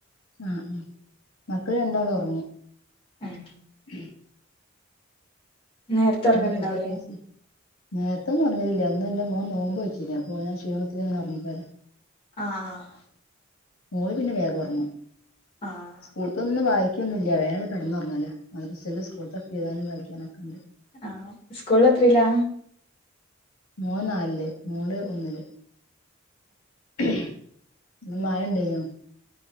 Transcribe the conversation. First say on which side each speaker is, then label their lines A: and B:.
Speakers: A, on the left; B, on the left.
A: ആഹ ആ മക്കള് രണ്ടാലും ഉറങ്ങി
B: ആഹ
A: <unintelligible>
B: നേരത്തെ ഒറങ്ങലുണ്ടാവൂലേ
A: ഫുഡ്‌ ഒക്കെ കയ്ച്ചു നേരെത്തെ ഒന്നും ഉറങ്ങില്ല ന്ന് എന്റെ മോൻ നോമ്പ് നൊട്ടീന് അപ്പോ അയ്‌ന്റെ ക്ഷീണത്തിൽ അങ്ങനെ ഉറങ്ങിപ്പോരാ
B: ആഹ ആഹ
A: മോള് പിന്നെ വേഗം ഉറങ്ങു
B: ആഹ്
A: സ്കൂളത്തൊന്ന് വായി കിക്കൊന്നുമ ഇല്ല വേറെ വയ്ക്കൊന്നുള്ള വേഗം കടന്നറങ്ങല്ലേ മദ്രസൽ സ്കൂത്തൊക്കെ്താനും കളിക്കാനൊക്കെ ഉണ്ട്
B: ആഹ സ്കൂള അത്രല്ലാ
A: മോൻ നാലില് മോൾ ഒന്നില് പിന്നെ മഴ ണ്ടെയിണോ